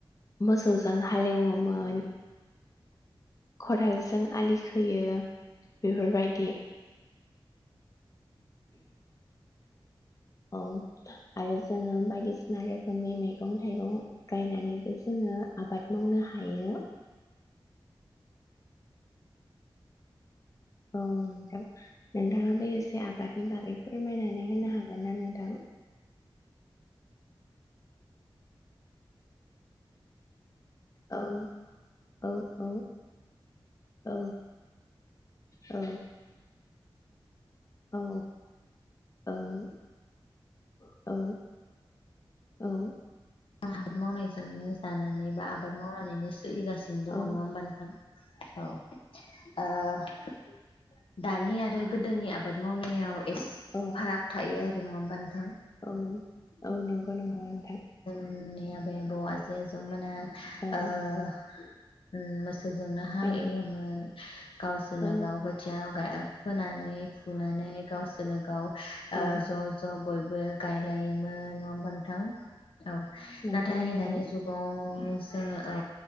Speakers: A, on the left; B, on the left.
A: मोसौजों हालएवो मोन खदालजों आलि खोयो बेफोरबायदि। औ आरो जोङो बायदिसिना रोखोमनि मैगं थाइगं गायनानैबो जोङो आबाद मावनो हायो। औ नोंथां नोंथाङा बे एसे आबादनि बागै फोरमायनानै होनो हागोन ना नोंथां? औ औ औ औ औ औ औ औ औ
B: आबाद मावनायजोंनो जानानै बा आबाद मावनानै सोलिगासिनो दङ
A: औ
B: नङा होमबा नोंथां औ ओ- दानि आरो गोदोनि आबाद मावनायाव एसे
A: औ
B: फाराग थायो आरो <unintelligible>
A: औ औ नंगौ नंगौ नोंथां।
B: ओम मोननि आबै आबौ आजै आजौ मोना
A: औ
B: ओ- उम मो सौजोंनो हालेवोमोन
A: औ
B: गावसोरनो
A: औ
B: गाव खोथियाव गाय फोनानै फुनानै गावसोर नो गाव ओ
A: औ
B: ज' ज' बय बो गायलायोमोन। नंङा होनबा नोंथां? औ
A: नंगौ
B: नाथाय
A: नोंथां
B: दानि जुगाव ओ जोङो औ